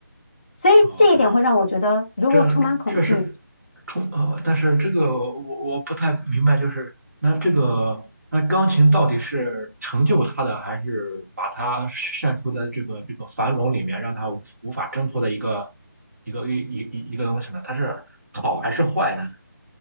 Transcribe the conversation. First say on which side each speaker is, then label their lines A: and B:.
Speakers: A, on the left (about 25°); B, on the right (about 55°).
A: 所以这一点会让我觉得，
B: 哦，对，
A: 如果充满恐惧，
B: 这确实冲呃，但是这个我我不太明白，就是那这个那钢琴到底是成就他的，还是把他陷入的这个这个樊笼里面，让他无无法挣脱的一个一个一一一一个东西呢？它是好还是坏呢？